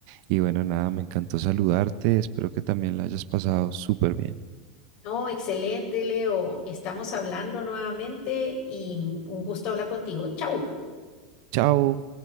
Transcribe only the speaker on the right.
Y bueno, nada, me encantó saludarte. Espero que también la hayas pasado súper bien.
Chao.